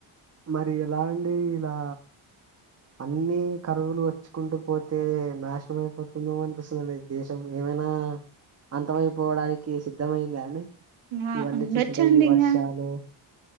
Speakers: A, on the right; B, on the right.
A: మరి ఎలా అండి ఇలా అన్ని కరువులు వచ్చుకుంటూ పోతే నాశనం అయిపోతుందమో అనిపిస్తుందిండి దేశం ఏమైనా అంతమైపోవడానికి సిద్ధమయిందా అండి
B: ఆ
A: ఇవన్నీ
B: ఉండొచ్చండి
A: చూస్తుంటే ఈ వర్షాలు
B: ఇంకా